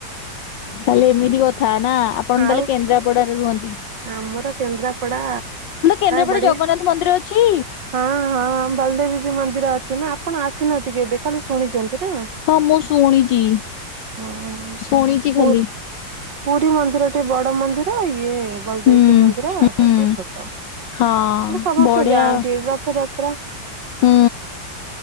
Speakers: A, on the left (about 70°); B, on the right (about 70°).
A: ତାହେଲେ ଏମିତି କ ଥା ନା ଆପଣ
B: ଆଉ
A: ତାହେଲେ କେନ୍ଦ୍ରାପଡାରେ ରୁହନ୍ତି।
B: ଆମର କେନ୍ଦ୍ରାପଡା
A: କେନ୍ଦ୍ରାପଡା
B: ବଢିଆ।
A: ଜଗନ୍ନାଥ ମନ୍ଦିର ଅଛି?
B: ହଁ ହଁ ବଳଦେବଜୀଉ ମନ୍ଦିର ଅଛି ନା ଆପଣ ଆସିନାହାନ୍ତି କେବେ, ଖାଲି ଶୁଣିଛନ୍ତି ନା?
A: ହଁ ମୁଁ ଶୁଣିଚି।
B: ଓହୋପୁରୀ
A: ଶୁଣିଚି ଖାଲି
B: ପୁରୀ ମନ୍ଦିର ଟିକେ ବଡ ମନ୍ଦିର ଇଏ ବଲଦେବ୍
A: ହୁଁ
B: ଯିଉଁ ମନ୍ଦିର ତାଠୁ
A: ହୁଁ
B: ଟିକେ ଛୋଟ ଏଠି
A: ହଁ
B: ସମସ୍ତେ
A: ବଢିଆ
B: ଯାଆନ୍ତିର ତ ଯାତ୍ରା
A: ହୁଁ।